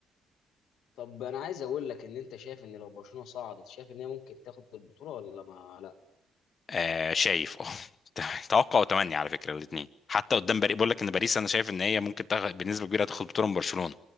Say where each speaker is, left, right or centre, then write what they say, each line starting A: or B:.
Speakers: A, on the left (about 80°); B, on the left (about 45°).
A: طب انا عايز اقول لك ان انت شايف ان لو برشلونه صعدت شايف ان هي ممكن تاخد البطوله ولا ما
B: آه شايف اه <laughs> توقع وتمني على فكره الاثنين حتى قدام باريس بقول لك ان باريس انا شايف ان هي ممكن تغ... بنسبه كبيره هتاخد بطوله من برشلونه